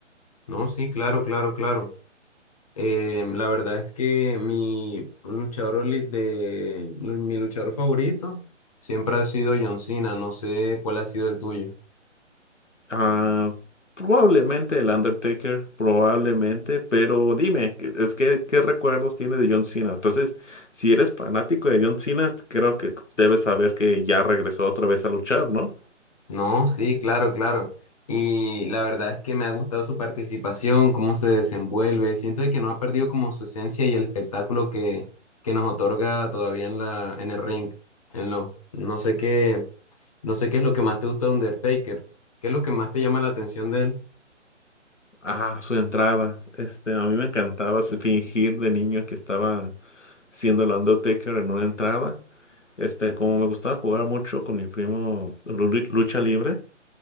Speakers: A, on the left; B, on the left.
A: No, sí, claro, claro, claro. Eh, la verdad es que mi luchador oli- de mi luchador favorito siempre ha sido John Cena. No sé cuál ha sido el tuyo.
B: Ah, probablemente el Undertaker, probablemente, pero dime, ¿qué- es que, ¿qué recuerdos tienes de John Cena? Entonces, si eres fanático de John Cena, creo que debes saber que ya regresó otra vez a luchar, ¿no?
A: No, sí, claro, claro. Y la verdad es que me ha gustado su participación, cómo se desenvuelve. Siento de que no ha perdido como su esencia y el espectáculo que, que nos otorga todavía en la, en el ring. En lo, no sé qué. No sé qué es lo que más te gusta de Undertaker. ¿Qué es lo que más te llama la atención de él?
B: Ah, su entrada. Este, a mí me encantaba se- fingir de niño que estaba siendo el Undertaker en una entrada. Este, como me gustaba jugar mucho con mi primo lu- lucha libre,